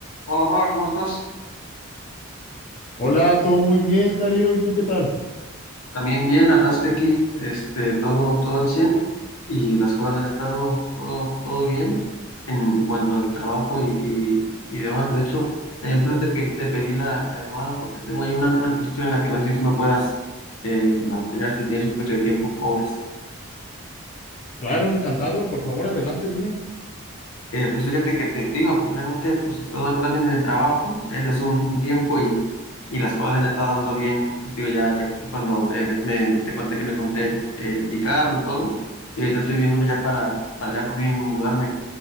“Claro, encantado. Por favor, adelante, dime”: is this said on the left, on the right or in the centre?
Left